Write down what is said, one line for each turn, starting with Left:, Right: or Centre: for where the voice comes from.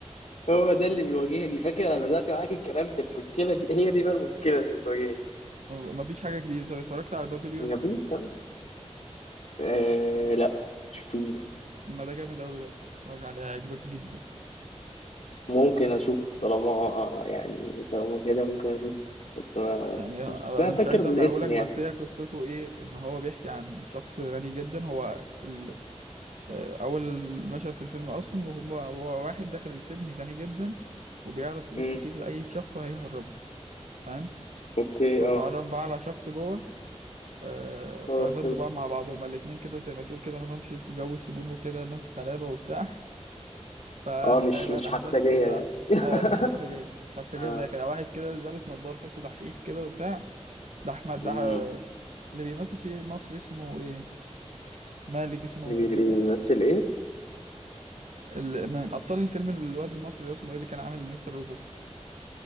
Left: هو ده اللي بيواجهني فاكر انا بدات معاك الكلام بالمشكله دي هي دي بقى المشكله اللي بتواجهني
Right: مفيش حاجه جديده طب اتفرجت على بابليون
Left: مفيش آه لا مشفتوش ده
Right: ما ده جامد اوي ده اتفرج عليه هيعجبك جدا
Left: ممكن اشوفه طالما يعني طالما كده ممكن اشوفه بس ما
Right: يعني
Left: شفتوش،
Right: انا
Left: بس انا
Right: مش
Left: فاكر
Right: عايز
Left: الاسم
Right: احرقهولك بس
Left: يعني
Right: هي قصته ايه ان هو بيحكي عن شخص غني جدا هو ال... آه، اول مشهد في الفيلم اصلا وهو هو واحد داخل السجن غني جدا وبيعرض فلوس
Left: امم
Right: كتير لاي شخص هيهرب فاهم
Left: اوكي
Right: فاتعرف
Left: اه
Right: بقى على شخص جوه آه، ففضلوا
Left: اه فهمت
Right: بقى مع بعض هما الاتنين كده زي ما تقول كده ملهمش في جو السجون وكده ناس غلابة وبتاع <laughs> فهتلاقي
Left: اه مش
Right: بقى
Left: مش
Right: الأحداث
Left: حبسجية
Right: كلها
Left: يعني <laughs>
Right: اه مش حبسجية مش حبسجية
Left: آه.
Right: من الآخر يعني واحد كده لابس نضارة تحسه دحيح كده وبتاع ده أحمد ده
Left: امم
Right: اللي بيمثل في مصر اسمه ايه مالك اسمه
Left: اللي بي- اللي
Right: آه،
Left: بيمثل ايه
Right: ال- من أبطال الفيلم الواد المصري ده اسمه ايه اللي كان عامل مستر روبوت